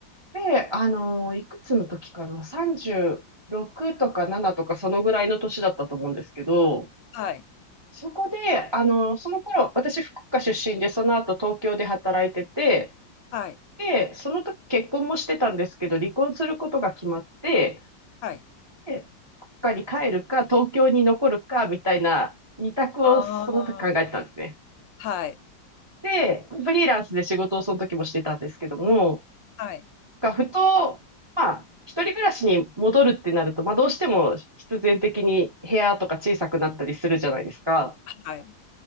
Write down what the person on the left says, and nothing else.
はい。
はい。
はい。
ああ、はい。
はい。
はい。